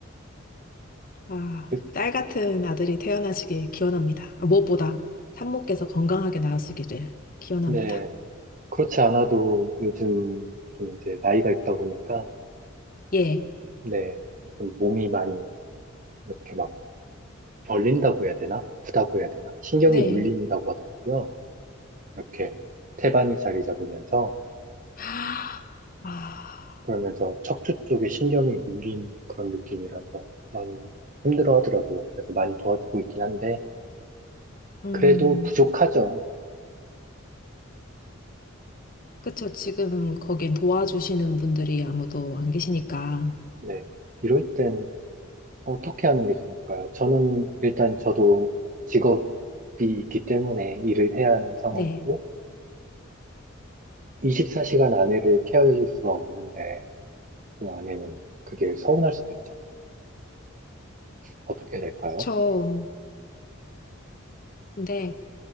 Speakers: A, on the left (about 40°); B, on the right (about 40°).
A: 아,
B: 그-
A: 딸 같은 아들이 태어나시길 기원합니다. 아, 무엇보다 산모께서 건강하게 나으시기를 기원합니다.
B: 네. 그렇지 않아도 요즘 좀 이제 나이가 있다 보니까,
A: 예.
B: 네. 좀 몸이 많이 이렇게 막 벌린다고 해야 되나? 아프다고 해야 되나? 신경이
A: 네.
B: 눌린다고 하더라고요. 이렇게 태반이 자리 잡으면서
A: 아, 아,
B: 그러면서 척추 쪽에 신경이 눌린 그런 느낌이라서 많이 힘들어 하더라고요. 그래서 많이 도와주고 있긴 한데
A: 음,
B: 그래도 부족하죠.
A: 그쵸. 지금 거긴 도와주시는 분들이 아무도 안 계시니까.
B: 네. 이럴 땐 어떻게 하는 게 좋을까요? 저는 일단 저도 직업이 있기 때문에 일을 해야 하는 상황이고
A: 네.
B: 24시간 아내를 케어해 줄 수가 없는데 또 아내는 그게 서운할 수도 있잖아요. 어떻게 해야 될까요?
A: 저, 네.